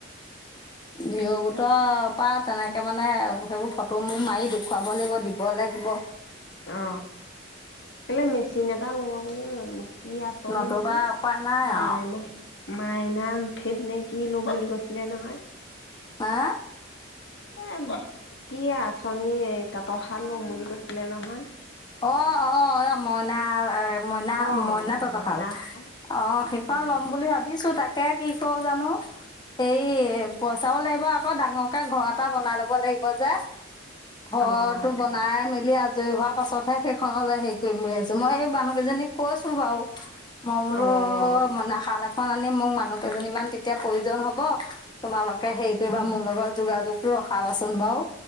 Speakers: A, on the left; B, on the left.
A: ভিওৰ গোটৰ
B: তাকে
A: পা, তেনেক তে মানে সেইবোৰ ফটো মোৰ মাৰি দেখুৱাব লাগিব দিব লাগিব।
B: অ, কেলে মেচিন এটা ল'ব আপুনি কি আঁচনি
A: নতুবা
B: এইটো?
A: উপায় নাই
B: মাই
A: আৰু
B: ন। মাইনাম <unintelligible> কি লম বুলি কৈছিলে নহয়।
A: আ।
B: এ, আম, কি আঁচনিয়ে তাঁতৰ শাল ল'ম বুলি কৈছিলে নহয়।
A: অ', অ', এ, মইনা মইনা
B: অ',
A: মইনা তাঁতশাল
B: শাল
A: অ', সেইখন
B: অ',
A: ল'ম বুলি ভাবিছোঁ তাক তে কি ক' জানো, হেৰি ইয়ে পইচাও
B: অ',
A: লাগিব আ আকৌ ডাঙৰকে ঘৰ এটা বনাই ল'ব লাগিব যে। ঘৰটো
B: অ',
A: বনাই মেলি আগ <unintelligible> পাছতহে সেইখনলৈ হেৰি কৰিম বুলি ভাবিছোঁ, মই এই মানুহ কেইজনীক কৈছো বাৰু। মইবোলো
B: অ',
A: মানে খাল এট খন আনে মোক মানুহ কেইজনীমান তেতিয়া প্ৰয়োজন হ'ব। তোমালোকে হেৰি কৰিবা মোৰ লগত যোগাযোগটো ৰখাবাচোন বাৰু